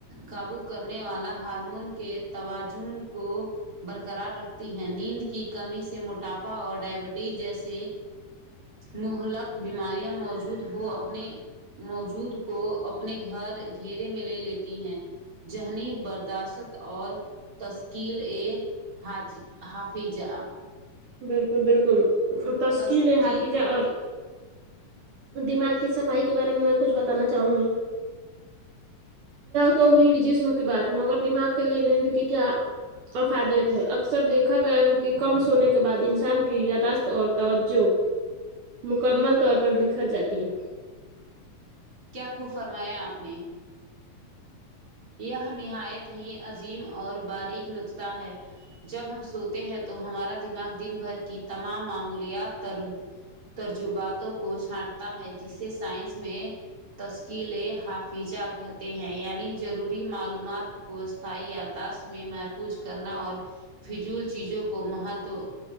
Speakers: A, on the right; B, on the right.
A: قابو کرنے والا ہارمون کے توازن کو برقرار رکھتی ہیں نیند کی کمی سے موٹاپا اور ڈائبٹیز جیسے مہلک بیماریاں موجود ہو اپنے موجود کو اپنے گھر گھیرے میں لے لیتی ہیں ذہنی برداشت اور تشکیل ا حاج حافظہ
B: بالکل بالکل تشکی
A: تشکیل
B: ہا پی جا اور دماغ کی سب فھائی کے بارے میں کچھتانا چاہوں گی تو ہوئی جسم کی بات مگر دماغ کے لیے نیند کی کیا افادیت ہے اکثر دیکھا گیا ہے کہ کم سونے کے کے بعد انسان کی یاداشت اور توجہ مکمل طور پر بکھر جاتی ہے
A: کیا خوب فرمایا آپ نے یہ نہایت ہی عظیم اور باریک نقتہ ہے جب ہم سوتے ہیں تو ہمارا دماغ دن بھر کی تمام معمولیات تر ترجباتوں کو چھانٹتا ہے جسے سائنس میں تشکیل حافظہ کہتے ہیں یعنی جو ضروری معلومات کو اسھائی یاداشت میں محفوظ کرنا اور فضول چیزوں کو مہت